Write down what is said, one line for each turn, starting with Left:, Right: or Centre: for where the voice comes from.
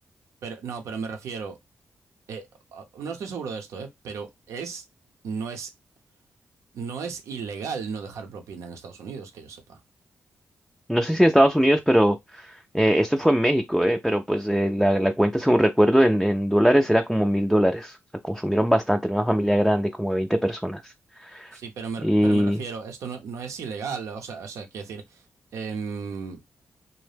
Right: pero, no, pero me refiero, eh, a- no estoy seguro de esto, eh, pero es, no es, no es ilegal no dejar propina en Estados Unidos, que yo sepa.
Centre: No sé si en Estados Unidos, pero Eh, esto fue en México, eh, pero pues eh, la, la cuenta, según recuerdo, en, en dólares era como mil dólares. O sea, consumieron bastante, era una familia grande, como de veinte personas.
Right: Sí, pero me,
Centre: Y
Right: pero me refiero, esto no, no es ilegal, o sea, o sea, quiero decir, em,